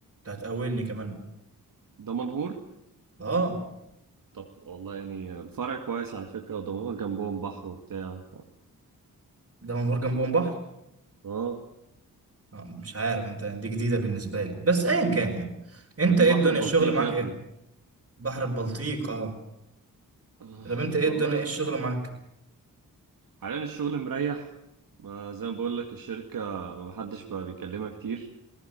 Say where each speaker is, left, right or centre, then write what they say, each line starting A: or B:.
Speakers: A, on the right; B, on the right.
A: هتقولني كمان
B: دمنهور
A: اه
B: طب والله يعني الفرع كويس على فكرة ودمنهور جنبهم بحر وبتاع
A: ده منهور جنبهم بحر
B: اه
A: آه، مش عارف انت دي جديدة بالنسبة لي بس ايا كان يعني انت
B: يا ابني
A: ايه
B: بحر
A: الدنيا
B: البلطيق
A: الشغل معاك
B: يا ابني
A: ايه بحر البلطيق اه
B: آه،
A: طب انت ايه
B: والله
A: الدنيا ايه الشغل معاك
B: حاليا الشغل مريح ما زي ما بقول لك الشركة ما محدش بقى بيكلمها كتير